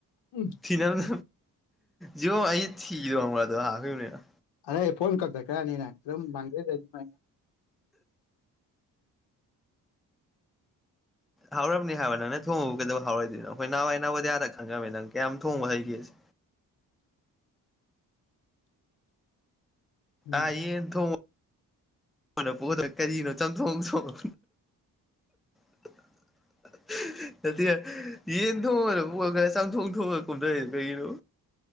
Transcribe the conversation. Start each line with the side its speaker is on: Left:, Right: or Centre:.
Left: ꯎꯝ
Centre: ꯊꯤꯅꯕ ꯌꯦꯣ ꯑꯩ ꯊꯤꯗꯣꯕ꯭ꯔꯗꯣ ꯍꯥꯞ꯭ꯈꯤꯕꯅꯤꯅ
Left: ꯑꯗꯩ ꯐꯣꯟꯝ ꯈꯛꯇ ꯈꯔꯅꯤꯅ ꯑꯗꯨꯝ ꯃꯥꯡꯖꯖꯅꯤꯃꯥꯏꯅ
Centre: ꯍꯥꯎꯔꯕꯅꯤ ꯍꯥꯏꯕ ꯅꯪꯅ ꯊꯣꯡꯉꯨꯕꯨ ꯀꯩꯗꯧꯥꯎꯔꯣꯏꯅꯣꯈꯣꯏ ꯅꯍꯥꯟꯋꯥꯏꯅꯥꯎꯕꯗꯤꯌꯥꯗ ꯈꯪꯉꯕꯃꯦ ꯅꯪ ꯀꯌꯥꯝ ꯊꯣꯡꯕ ꯍꯩꯒꯦꯁꯦ
Left: ꯎꯝ
Centre: ꯑꯏꯌꯦ ꯊꯣꯡ ꯍꯅ ꯄꯣꯗ ꯀꯔꯤꯅꯣ ꯆꯝꯊꯣꯡ ꯆꯣꯡ <unintelligible> ꯅꯠꯇꯦ ꯌꯦꯟ ꯊꯣꯡꯉꯒ ꯄꯨꯔꯒ ꯈꯔ ꯆꯝꯊꯣꯡ ꯊꯣꯡꯉꯒ ꯀꯨꯝꯊꯔ ꯀꯩꯒꯤꯅꯣ